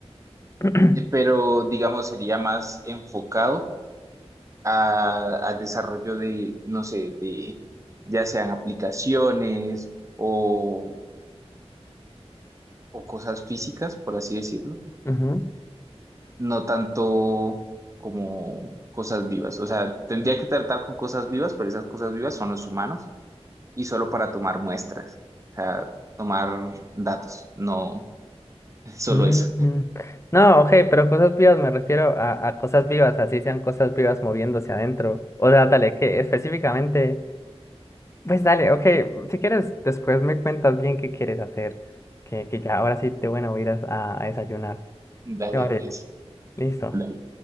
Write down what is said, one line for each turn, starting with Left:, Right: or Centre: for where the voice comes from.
Left: <clears throat>
Right: Pero digamos, sería más enfocado a- al desarrollo de, no sé, de ya sean aplicaciones o, o cosas físicas, por así decirlo,
Left: ujú,
Right: no tanto como cosas vivas. O sea, tendría que tratar con cosas vivas, pero esas cosas vivas son los humanos y solo para tomar muestras, o sea, tomar datos, no <laughs> solo
Left: mm,
Right: eso.
Left: No, ok, pero cosas vivas me refiero a, a cosas vivas, así sean cosas vivas moviéndose adentro. O sea, dale, que específicamente, pues dale, ok, si quieres, después me cuentas bien qué quieres hacer, que, que ya ahora sí te bueno, voy a ir a, a desayunar.
Right: Dale,
Left: ¿Te parece?
Right: Andrés.
Left: Listo,
Right: Dale,